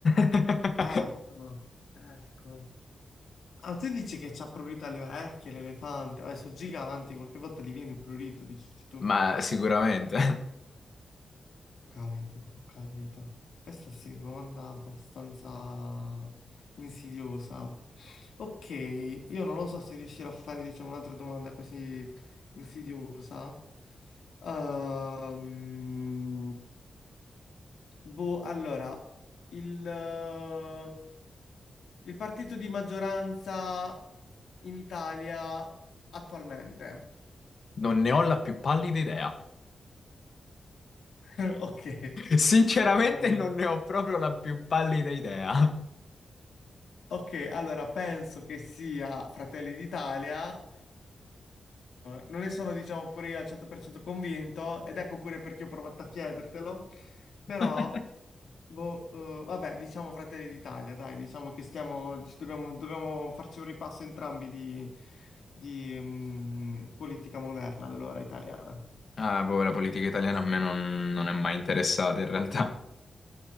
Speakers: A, on the left (about 40°); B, on the left (about 75°).
A: <laughs>
B: Ecco, ecco. Ah, tu dici che c'ha prurito alle orecchie l'elefante, adesso sono giganti, qualche volta gli viene il prurito, dici tu.
A: Ma sicuramente.
B: Capito, ho capito. Questa sì, domanda abbastanza insidiosa. Ok, io non lo so se riuscirò a fare, diciamo, un'altra domanda così insidiosa. Ehm, boh, allora, il, eh, il partito di maggioranza in Italia attualmente.
A: Non ne ho la più pallida idea.
B: <laughs> Ok.
A: Sinceramente
B: Ehm,
A: non ne ho proprio la più pallida idea.
B: Ok, allora penso che sia Fratelli d'Italia, eh, non ne sono diciamo pure io al 100% convinto ed ecco pure perché ho provato a chiedertelo, però
A: <laughs>
B: boh, eh, vabbè diciamo Fratelli d'Italia, dai diciamo che stiamo, ci dobbiamo, dobbiamo farci un ripasso entrambi di, di, mm, politica moderna allora italiana.
A: Ah, boh, la politica italiana a me non, non è mai interessata in realtà.